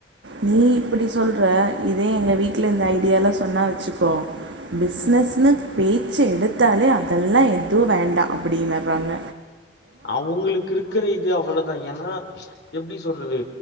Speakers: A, on the right; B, on the left.
A: நீ இப்படி சொல்ற இதே எங்க வீட்ல இந்த ஐடியாலா சொன்னா வச்சுக்கோ பிஸ்னஸ்னு பேச்சு எடுத்தாலே அதெல்லா எது வேண்டா அப்படின்னுர்றாங்க
B: அவங்ளுக்கு இருக்கிற இது அவ்ளதா ஏனா எப்டி சொல்றது